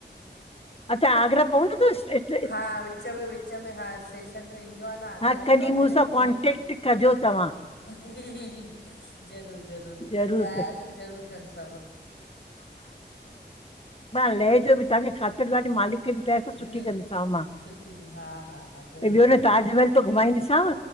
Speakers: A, on the left; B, on the left.
A: अच्छा त आग्रा पवंदो तस।
B: हा, विच में-विच में हा, स्टेशन में ईंदो आ न आगरह
A: हा
B: ईंदो
A: कॾहिं
B: आ
A: मूं
B: पहिरियों
A: सां
B: दिल्ली
A: कॉन्टेक्ट
B: पोइ।
A: कजो तव्हां
B: ह ह -- ज़रूर ज़रूर
A: ज़रूरु
B: कॾहिं आयास
A: क
B: न ज़रूर कनि सावा।
A: त लेजो तव्हांजे ख़ातिर तव्हांजी मालि त सुठी
B: हम्म,
A: कंदीसांव मां
B: सुठी हा हा हा ज़रूरु
A: ॿियो
B: ज़रूरु
A: न ताजमहल त घुमाईंदीसांव।